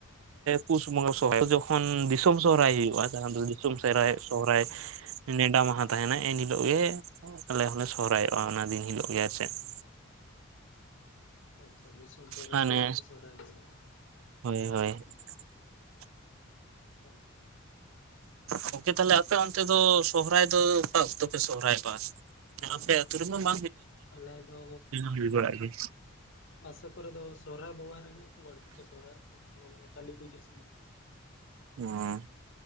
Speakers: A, on the right; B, on the left.
A: ᱯᱩᱥ ᱵᱚᱸᱜᱟ ᱥᱚᱦᱨᱟᱭ, ᱚᱠᱟ ᱡᱚᱠᱷᱚᱱ ᱫᱤᱥᱚᱢ ᱥᱚᱦᱨᱟᱭ ᱦᱩᱭᱩᱜᱼᱟ ᱛᱚ ᱫᱚ ᱫᱤᱥᱚᱢ ᱥᱚᱨᱦᱟᱭ ᱥᱚᱦᱨᱟᱭ ᱾ ᱱᱮᱰᱟ ᱢᱟᱦᱟ ᱛᱟᱦᱮᱱᱟ ᱮᱱᱦᱤᱞᱳᱜ ᱜᱮ ᱼᱼ ᱟᱞᱮ ᱦᱚᱸᱞᱮ ᱥᱚᱦᱨᱟᱭᱚᱜᱼᱟ ᱚᱱᱟ ᱫᱤᱱ ᱦᱤᱞᱳᱜ ᱜᱮ ᱟᱨ ᱪᱮᱫ ᱾
B: ᱟᱪᱪᱷᱟ, ᱫᱤᱥᱚᱢ ᱥᱚᱨᱦᱟᱭ
A: ᱢᱟᱱᱮ
B: ᱥᱟᱞᱟᱜ ᱟᱯᱮ ᱥᱚᱦᱨᱟᱭ ᱫᱚᱦᱚ ᱠᱟᱜᱼᱟ᱾
A: ᱦᱳᱭ ᱦᱳᱭ ᱾
B: ᱟᱪᱪᱷᱟ᱾ <inaudible>
A: ᱜᱚᱝᱠᱮ ᱛᱟᱦᱚᱞᱮ ᱟᱯᱮ ᱚᱱᱛᱮ ᱫᱚ ᱥᱚᱦᱚᱨᱟᱭ ᱫᱚ ᱚᱠᱟ ᱚᱠᱛᱚ ᱯᱮ ᱥᱚᱦᱚᱨᱟᱭ ᱫᱚ ᱟᱯᱮ? ᱛᱩᱨᱢ <unintelligible> ᱢ
B: ᱟᱞᱮ ᱫᱚ
A: ᱦᱩᱭᱩᱜᱮ
B: ᱛᱟᱯᱚᱨᱮ ᱫᱚ ᱥᱚᱦᱨᱟᱭ ᱵᱚᱸᱜᱟ ᱨᱮ ᱜᱮ ᱵᱟᱹᱲᱛᱤ ᱠᱚ ᱥᱚᱦᱨᱟᱭ ᱚᱱᱟ ᱠᱚ ᱢᱮᱱ ᱫᱚ ᱠᱟᱹᱞᱤ ᱯᱩᱡᱟᱹ ᱥᱚᱢᱚᱭ ᱾
A: ᱚ